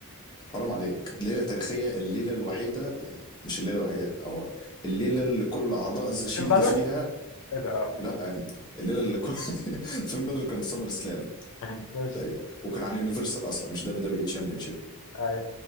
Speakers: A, on the left; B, on the left.
A: حرام عليك ليلة تاريخية الليلة الوحيدة يعني مش الليلة الوحيدة أو الليلة اللي كل أعضاء ذا شيلد
B: فين بالور
A: فيها
B: ايه ده اه ماشي
A: لا أم، الليلة اللي كل <laughs> فين بلر كان في سمر سلام
B: <laughs> ماشي
A: طيب. وكان على اليونيفرسال أصلا مش دبليو دبليو إي تشامبيون شيب
B: اي